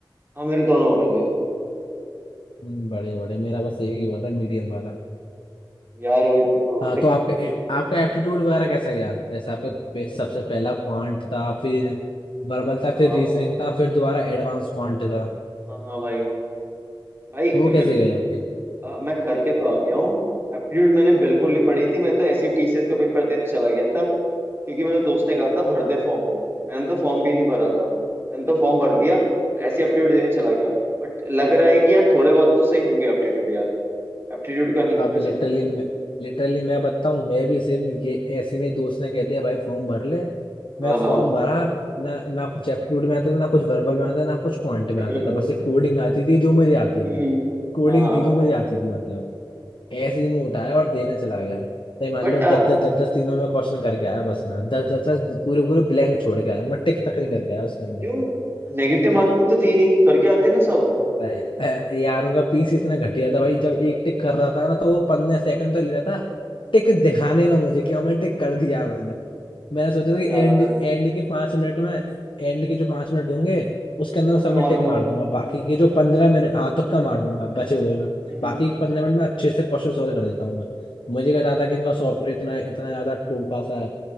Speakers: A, on the right (about 30°); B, on the left (about 75°).
A: हाँ मेरे दोनों हो गए थे
B: हम्म, बढ़िया बढ़िया मेरा बस एक ही हुआ था मीडियम वाला
A: यार वही तो
B: हाँ
A: देख
B: तो आपका
A: चलो कोई
B: आपका
A: नहीं
B: एप्टीट्यूड वगैरह कैसा गया जैसे आपका पे- सबसे पहला क्वांट था फिर वर्बल
A: हाँ
B: था फिर
A: हाँ
B: रीजनिंग था फिर दोबारा एडवांस क्वांट था
A: हाँ हाँ भाई भाई
B: वो
A: <clears throat>
B: कैसे गए आपके
A: अ, मैं करके तो आ गया हूँ एप्टीट्यूड मैंने बिल्कुल नहीं पढ़ी थी मैं तो ऐसे ही टीसीएस का पेपर देने चला गया था क्योंकि मेरे दोस्त ने कहा था भर दे फॉर्म मैंने तो फॉर्म भी नहीं भरा था मैंने तो फॉर्म भर दिया ऐसे एप्टीट्यूड देने चला गया बट लग रहा है कि यार थोड़े बहुत तो सही होंगे एप्टीट्यूड यार एप्टीट्यूड का नहीं
B: अब
A: कह
B: लिटरली
A: सकता मैं कुछ।
B: लिटरली मैं बताऊं मैं भी सेम ये ऐसे में दोस्त ने कह दिया भाई फॉर्म भर ले मैं
A: हाँ हाँ
B: फॉर्म भरा ना ना कुछ एप्टीट्यूड में आता था ना कुछ वर्बल में आता था ना कुछ क्वांट में
A: <laughs>
B: आता था बस एक कोडिंग आती थी जो मुझे आती
A: हम्म
B: थी कोडिंग
A: हाँ हाँ
B: थी जो मुझे आती थी मतलब ऐसे ही मैं उठाया और देने चला गया नहीं मान
A: बट
B: लो दस दस दस दस तीनों में क्वेश्चन करके आया बस मैं दस दस दस पूरे पूरे ब्लैंक छोड़ के आया मैं टिक तक नहीं करके आया उसके अंदर
A: क्यों नेगेटिव मार्किंग तो तीन ही करके आते हैं ना सब
B: अरे अ, यार उनका पीस इतना घटिया था भाई जब एक टिक कर रहा था ना तो वो पंद्रह सेकंड तो ले रहा था टिक दिखाने में मुझे कि हमें टिक कर दिया मैंने मैंने सोचा था
A: अरे
B: कि
A: यार
B: एंड एंड के पांच मिनट में एंड के जो पांच मिनट होंगे उसके अंदर
A: तुक्का
B: मैं सब में
A: मारूंगा
B: टिक मार दूंगा बाकी के जो पंद्रह मिनट हाँ तुक्का मार दूंगा बचे हुए में
A: हम्म
B: बाकी के पंद्रह मिनट में अच्छे से क्वेश्चन सॉल्व कर देता हूँ मैं मुझे कहता था कि इनका सॉफ्टवेयर इतना इतना ज्यादा टोपा सा है